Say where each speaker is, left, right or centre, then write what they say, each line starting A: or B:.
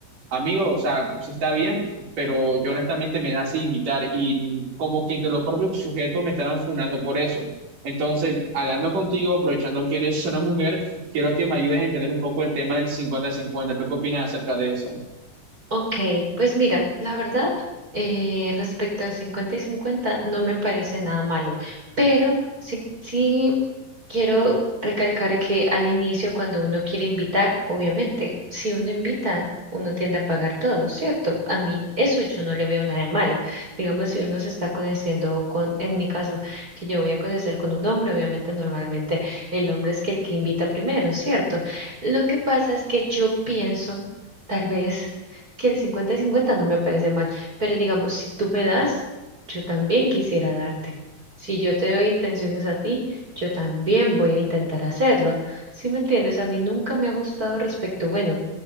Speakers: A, on the right; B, on the right.
A: amigo, o sea, sí está bien, pero yo honestamente me nace invitar y como que entre los propios sujetos me estaban fundando por eso. Entonces, hablando contigo, aprovechando que eres una mujer, quiero que me ayudes a entender un poco el tema del 50-50. ¿Tú qué opinas acerca de eso?
B: Ok, pues mira, la verdad, eh, respecto de 50 y 50 no me parece nada malo, pero sí, sí quiero recalcar que al inicio, cuando uno quiere invitar, obviamente, si uno invita, uno tiende a pagar todo, ¿cierto? A mí eso yo no le veo nada de malo. Digamos, si uno se está conociendo con, en mi caso, que yo voy a conocer con un hombre, obviamente normalmente el hombre es que el que invita primero, ¿cierto? Lo que pasa es que yo pienso, tal vez que el 50-50 no me parece mal, pero digamos, si tú me das, yo también quisiera darte. Si yo te doy intenciones a ti, yo también voy a intentar hacerlo. Si me entiendes, a mí nunca me ha gustado respecto, bueno,